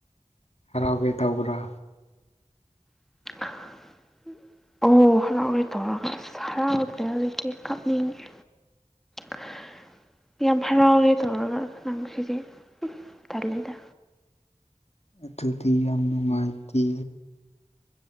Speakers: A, on the left; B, in the centre.
A: ꯍꯔꯥꯎꯒꯦ ꯇꯧꯕ꯭ꯔꯥ
B: <unintelligible> ꯑꯣ ꯍꯔꯥꯎꯦ ꯇꯧꯔꯒ ꯑꯁ ꯍꯔꯥꯎꯗ꯭ꯔꯦ ꯍꯧꯖꯤꯛꯇꯤ ꯀꯞꯅꯤꯡꯉꯦ <unintelligible> ꯌꯥꯝ ꯍꯔꯥꯎꯒꯦ ꯇꯧꯔꯒ ꯅꯪ ꯁꯤꯗꯤ ꯇꯂꯗ
A: ꯑꯗꯨꯗꯤ ꯌꯥꯝ ꯅꯨꯡꯉꯥꯏꯇꯦ